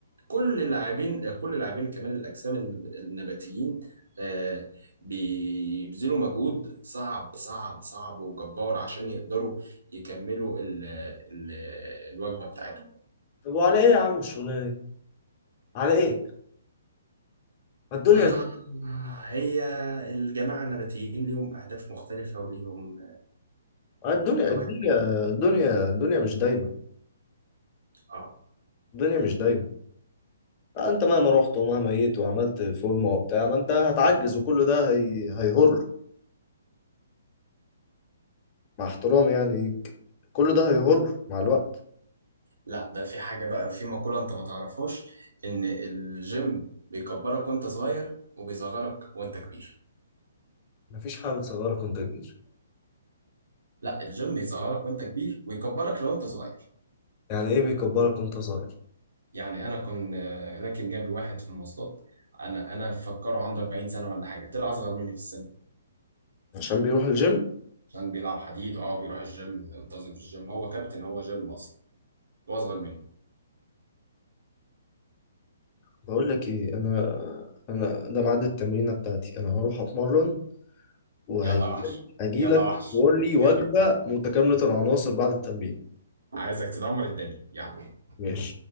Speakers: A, on the right (about 85°); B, on the left (about 30°).
A: كل اللاعبين كل اللاعبين كمال الاجسام النباتيين آه، بيبذلوا مجهود صعب صعب صعب وجبار عشان يقدروا يكملوا ال ال الوجبة بتاعتهم
B: طب وعلى إيه يا عم الشغلانة دي؟ على إيه؟ ما الدنيا
A: آه، هي الجماعة النباتيين ليهم أهداف مختلفة وليهم
B: الدنيا
A: دوافع
B: الدنيا الدنيا الدنيا مش دايمة
A: آه
B: الدنيا مش دايمة أنت مهما رحت ومهما جيت وعملت فورمة وبتاع ما أنت هتعجز وكل ده هي... هيهر مع احترامي يعني كل ده هيهر مع الوقت
A: لا ده في حاجة بقى في مقولة أنت ما تعرفهاش إن الجيم بيكبرك وأنت صغير وبيصغرك وأنت كبير
B: مفيش حاجة بتصغرك وانت كبير
A: لا الجيم بيصغرك وأنت كبير ويكبرك لو أنت صغير
B: يعني ايه بيكبرك وانت صغير
A: يعني انا كنت آه، راكب جنبي واحد في المواصلات انا انا مفكره عنده 40 سنه ولا حاجه طلع اصغر مني في السن
B: عشان بيروح الجيم
A: عشان بيلعب حديد اه بيروح الجيم منتظم في الجيم هو كابتن هو جيم اصلا هو اصغر مني
B: بقول لك ايه انا انا ده ميعاد التمرينه بتاعتي انا هروح اتمرن وهجي
A: يلا يا وحش يلا
B: لك
A: يا وحش
B: تقول لي وجبه
A: يلا
B: متكامله العناصر بعد التمرين
A: عايزك تدمر الدنيا يلا
B: ماشي